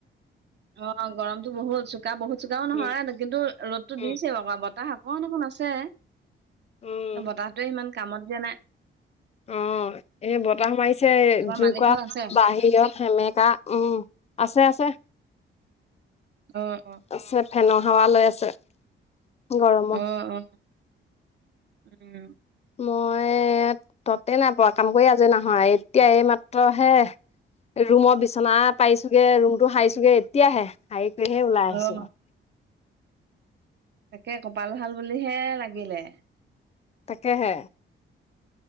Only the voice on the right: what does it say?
অ গৰমটো বহুত চোকা বহুত চোকাও নহয়
কিন্তু ৰ'দতো দিছে।
বতাহ অকণ অকণ আছে।
বতাহটোৱে ইমান কাম দিয়া নাই।
তাৰপৰা
মালিক ঘৰত আছে
অ অ।
অ অ, উম।
অ',
তাকে, কপাল ভাল বুলিহে লাগিলে।